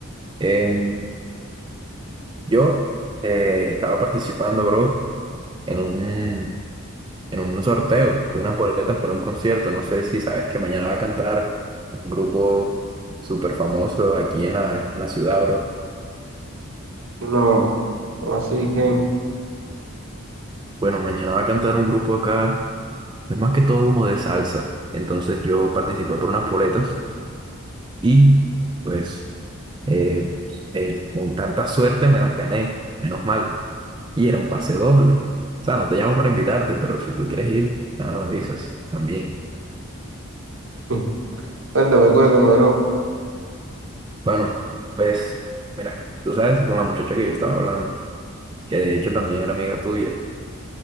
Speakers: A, on the right (about 20°); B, on the right (about 65°).
A: em, yo eh, estaba participando, bro, en un, en un sorteo de unas boletas para un concierto. No sé si sabes que mañana va a cantar un grupo súper famoso aquí en la, en la ciudad, bro.
B: No, no así, ¿quién?
A: Bueno, mañana va a cantar un grupo acá, es más que todo como de salsa. Entonces yo participé por unas boletas y pues eh, eh, con tanta suerte me las gané, menos mal. Y era un pase doble. O sea, no te llamo para invitarte, pero si tú quieres ir, nada, me avisas también.
B: <laughs> Cuéntame, cuéntame, bro.
A: Bueno, pues mira, tú sabes con la muchacha que yo estaba hablando. que de hecho también era amiga tuya.